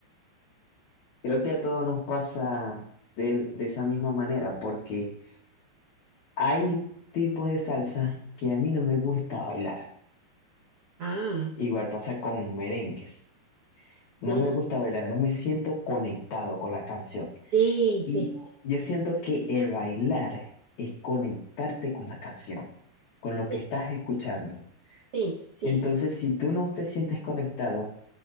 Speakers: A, on the left; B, on the right.
A: Creo que a todos nos pasa del- de esa misma manera, porque hay tipos de salsa que a mí no me gusta bailar.
B: Ah,
A: Igual pasa con merengues.
B: sí,
A: No me gusta bailar, no me siento conectado con la canción.
B: sí,
A: Y
B: sí,
A: yo siento que el bailar es conectarte con la canción, con lo
B: sí,
A: que estás escuchando.
B: sí. sí.
A: Entonces, si tú no te sientes conectado,